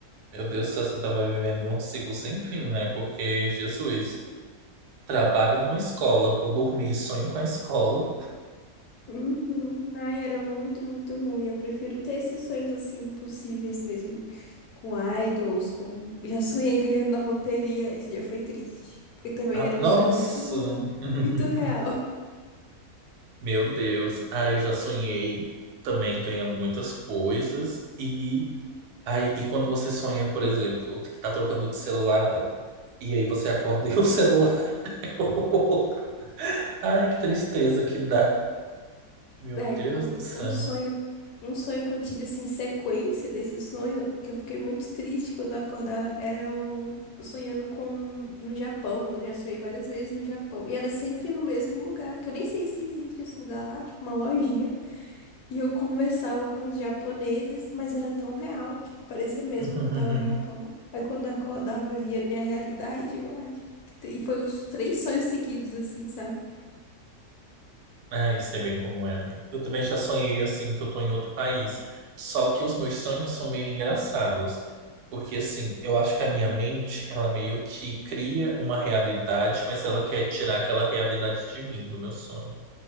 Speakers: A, on the right (about 80°); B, on the left (about 75°).
A: meu Deus do céu, você estava vivendo um ciclo sem fim, né? Porque, Jesus, trabalho numa escola, vou dormir, sonho com a escola.
B: Uhum. Ai, era muito, muito ruim. Eu prefiro ter esses sonhos assim impossíveis mesmo. Com idols, com. Já sonhei ganhando na loteria. Esse dia foi triste. Porque também
A: Ah,
B: era
A: nossa,
B: um sonho muito, <laughs>
A: <laughs>
B: muito real.
A: meu Deus. Ah, eu já sonhei também ganhando muitas coisas. E aí, e quando você sonha, por exemplo, que tá trocando de celular, velho. E aí você acorda e o celular <laughs> é o outro. Ai, que tristeza que dá. Meu
B: É,
A: Deus
B: um
A: do céu.
B: um sonho, um sonho que eu tive assim, sequência desse sonho, que eu fiquei muito triste quando eu acordava, era o eu sonhando com no Japão. Eu já sonhei várias vezes no Japão. E era sempre no mesmo lugar, que eu nem sei se existe esse lugar lá, tipo uma lojinha. E eu conversava com os japoneses, mas era tão real, tipo, parecia mesmo
A: <laughs>
B: que eu tava no Japão. Aí quando eu acordava, eu via a minha realidade, eu, ai. que tri- E foi uns três sonhos seguidos, assim, sabe?
A: Ah, isso é bem comum, é, amiga. Eu também já sonhei assim que eu tô em outro país. Só que os meus sonhos são meio engraçados. Porque assim, eu acho que a minha mente, ela meio que cria uma realidade, mas ela quer tirar aquela realidade de mim, do meu sonho.